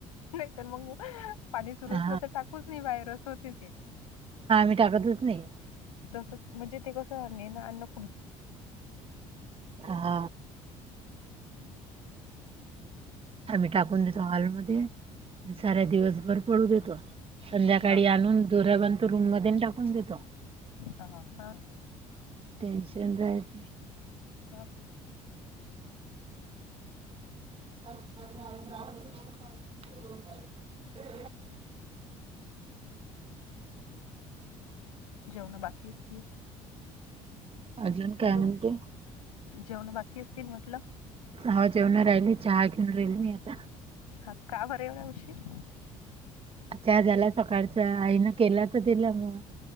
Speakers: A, on the left; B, on the right.
A: नाही तर मग पाणी सुरू
B: हा
A: असंलं तर टाकूच नये बाहेर असं होते तेे.
B: मी टाकतच नाही.
A: तसं म्हणजे ते कसं नेणं अन्न कु
B: हा आम्ही टाकून देतो हॉलमध्ये आणि साऱ्या दिवस भर घर पडू देतो संध्याकाळी
A: हां,
B: आणून जोरा बनतो रूम मध्ये आणि टाकून देतो.
A: हा हा
B: टेन्शन रायत
A: हां.
B: <unintelligible> <unintelligible>
A: जेवण बाकी असतील.
B: अजून काय
A: हॅलो,
B: म्हणते?
A: जेवण बाकी असतील म्हटलं?
B: हा जेवण राहिली चहा घेऊन राहिली मी आता.
A: हा का बर एवढा उशीर.
B: चहा झाला सकाळचां आईनं केला त दिला म.